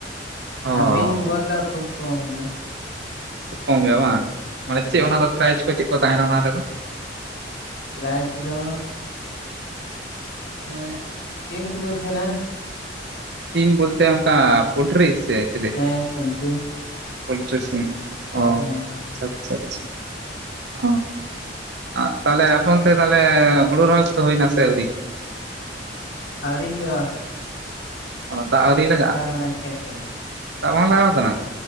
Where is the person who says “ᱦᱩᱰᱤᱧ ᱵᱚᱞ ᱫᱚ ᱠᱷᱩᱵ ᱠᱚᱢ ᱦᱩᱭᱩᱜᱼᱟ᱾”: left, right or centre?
Left